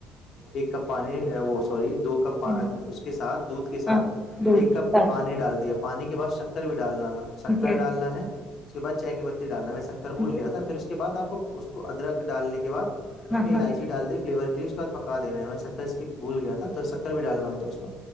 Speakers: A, on the left; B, in the centre.
A: ایک کپ پانی وہ سوری دو کپ
B: ہوں۔
A: اس کے ساتھ دودھ کے ساتھ
B: ہاں دودھ
A: ایک کپ
B: کے ساتھ
A: پانی ڈال دیا پانی کے بع شکر بھی ڈالنا ن شکر
B: جی
A: ڈالنا ہے اس کے بع چائے کی پتی ڈال رہا میں کر
B: جی
A: بھول گیا تھا پھر اس کے بعد آپ کو اس کو ادرک ڈالنے کے بعد اس
B: ہاں
A: میں اللاائچی
B: ہاں
A: ڈال دیے فلیور کے لی اس کے بعد پکا دینے میں شکر کی بھول گیا تھا تو شکر بھی ڈالنا ہوتا ہے اس میں